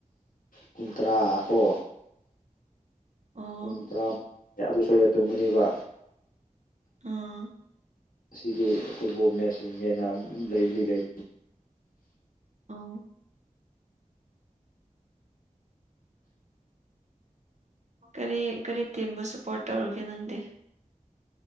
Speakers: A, on the left; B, on the right.
A: ꯄꯨꯡ ꯇꯔꯥ ꯀꯣ
B: ꯑꯣ
A: ꯄꯨꯡ ꯇꯔꯥ ꯑꯗꯨ ꯁꯣꯏꯗ ꯇꯨꯝꯒꯅꯤꯕ
B: ꯎꯝ
A: ꯉꯁꯤꯗꯤ ꯐꯨꯠꯕꯣꯜ ꯃꯦꯠꯁ ꯍꯦꯟꯅ ꯂꯩꯕꯗꯤ ꯂꯩ
B: ꯑꯧ ꯀꯔꯤ ꯀꯔꯤ ꯇꯤꯝꯕꯨ ꯁꯄꯣꯔꯠ ꯇꯧꯔꯨꯒꯦ ꯅꯪꯗꯤ